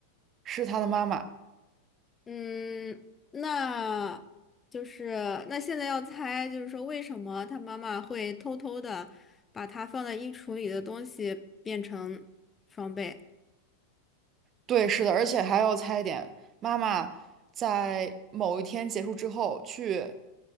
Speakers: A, on the right (about 30°); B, on the left (about 15°).
A: 是他的妈妈。
B: 嗯，那就是那现在要猜，就是说为什么他妈妈会偷偷的把他放在衣橱里的东西变成双倍，
A: 对，是的，而且还要猜一点，妈妈在某一天结束之后去